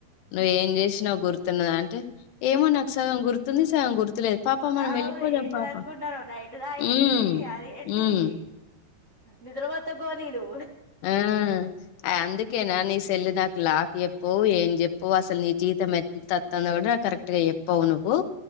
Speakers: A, on the left; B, on the right.
A: నువ్వు ఏం చేసినావు గుర్తున్నదా అంటే ఏమో నాకు సగం గుర్తుంది సగం గుర్తులేదు పాప మనం
B: అవు
A: వెళ్ళిపోదాం
B: ఏంటిది
A: పాప
B: అనుకుంటానావు నైట్ తాగింది
A: హ్మ్
B: అదేంటిది
A: హ్మ్
B: నిద్ర మత్తు గోలీలు
A: ఆ హు అందుకేనా నీ సెల్లు నాకు లాక్ చెప్పు ఏం చెప్పు అసలు నీ జీతం ఎంత తనా కూడా కరెక్ట్ గా చెప్పవు నువ్వు